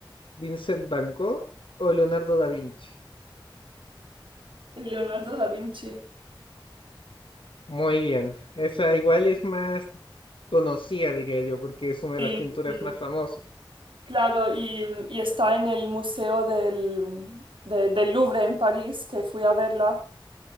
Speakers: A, on the left (about 90°); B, on the right (about 80°).
A: Vincent Van Gogh o Leonardo da Vinci.
B: Leonardo da Vinci.
A: Muy bien, esa igual es más conocida, diría yo, porque es una de
B: Sí,
A: las pinturas
B: sí.
A: más famosas.
B: Claro, y, y está en el Museo del, de- del Louvre en París, que fui a verla.